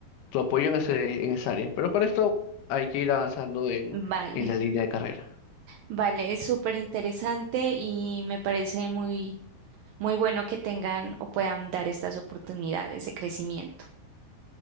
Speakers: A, on the left; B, on the right.
A: tu apoyo en ese, en esa área. Pero para esto hay que ir avanzando en,
B: vale,
A: en la línea de carrera.
B: vale, es súper interesante y me parece muy Muy bueno que tengan o puedan dar estas oportunidades de crecimiento.